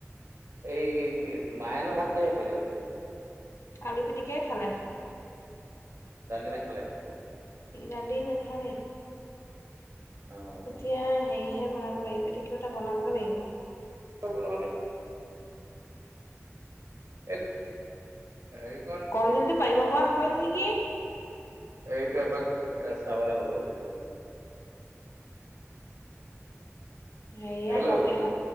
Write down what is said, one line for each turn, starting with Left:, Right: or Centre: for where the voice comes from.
Right: এই মায়েনু ভাত কিহে খালে এতিয়া?
Left: আলু পিটিকিয়াই খালে।
Right: ডালি নাখালে?
Left: দালি নেখালে।
Right: অ'।
Left: এতিয়া হেৰিহে বনাব লাগিব কিবা তটা বনাবগে লাগিব।
Right: উম। এই সেৰি
Left: কল দিলটো পাৰিব পৰা হ'ল নেকি?
Right: এইটো এপাক চাব লাগিব কলদিল
Left: সেয়া
Right: হেল্ল'
Left: কলদিল
Right: অ'